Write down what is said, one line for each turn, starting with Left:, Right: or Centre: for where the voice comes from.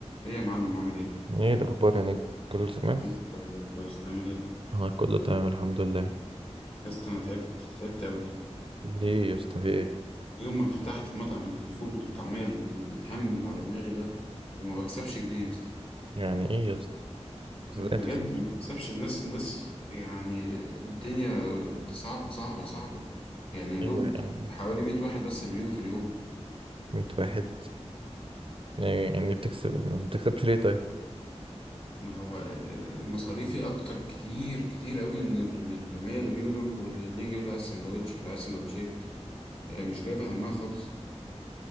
Left: ايه يا معلم عامل ايه؟
Right: ايه الاخبار يا نجم كله تمام
Left: الحمد لله والله كويس تعمل ايه؟
Right: انا كله تمام الحمد لله
Left: يا اسطى انا تعبت تعبت قوي
Right: ليه يا اسطى في ايه
Left: يوم ما فتحت مطعم الفول والطعمية ال- الهم اللي على دماغي ده وما بكسبش جنيه يا اسطى
Right: يعني ايه يا اسطى
Left: بجد
Right: ازاي تكسب
Left: ما بكسبش الناس الناس يعني الدنيا صعبة صعبة صعبة يعني يا دوب
Right: ايوه يعني
Left: حوالي 100 واحد بس اللي بيجوا في اليوم
Right: 100 واحد إيه يعني بتكسب ما بتكسبش ليه طيب
Left: ما هو ال- ال- مصاريفي اكتر كتير كتير قوي من ال من ال 100 اللي بيجوا دول كل اللي يجي يقول لي عايز سندوتش ولا عايز سندوتشين مش جايبة همها خالص